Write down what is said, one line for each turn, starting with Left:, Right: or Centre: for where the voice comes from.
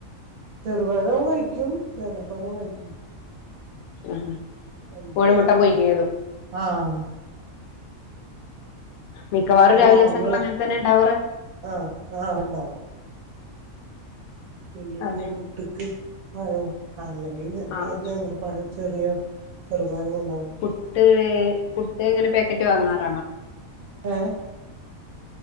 Right: ചെറുപഴവും കഴിക്കും നേന്ത്രപ്പഴവും കഴിക്കും.
Left: ആഹ്
Right: രണ്ടും
Left: കോഴിമുട്ട
Right: കൊഴപ്പല്ല
Left: പുഴിങ്ങ്യതും.
Right: ആഹ്
Left: മിക്കവാറും
Right: അത്
Left: രാവിലെസങ്ങളിൽ
Right: രാവിലെ
Left: അങ്ങനെ തന്നെ ഉണ്ടാവാറ്.
Right: ആഹ് ആഹ് ഉണ്ടാക്കും. പിന്നെ
Left: അതെ
Right: പു പുട്ട്ക്ക് പഴം അല്ലെങ്കിൽ
Left: ആഹ്
Right: നേന്ത്ര പഴം. ചെറിയ ചെറുപഴൊണ്ടാകും.
Left: പുട്ട് പുട്ട് ങ്ങന പാക്കറ്റ് വാങ്ങാറാണോ?
Right: ഏഹ്